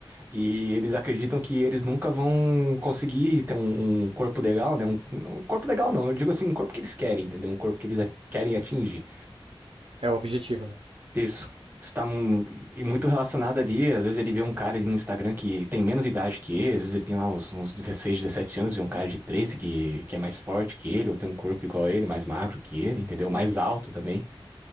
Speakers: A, on the right; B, on the right.
A: e eles acreditam que eles nunca vão conseguir ter um, um corpo legal, né? Um, um corpo legal não, eu digo assim, um corpo que eles querem, entendeu? Um corpo que eles a- querem atingir.
B: É o objetivo, né?
A: Isso. Está mu- e muito relacionado ali. Às vezes ele vê um cara ali no Instagram que tem menos idade que ele, às vezes ele tem lá uns, uns 16, 17 anos, vê um cara de 13 que, que é mais forte que ele, ou tem um corpo igual a ele, mais magro que ele, entendeu? Mais alto também.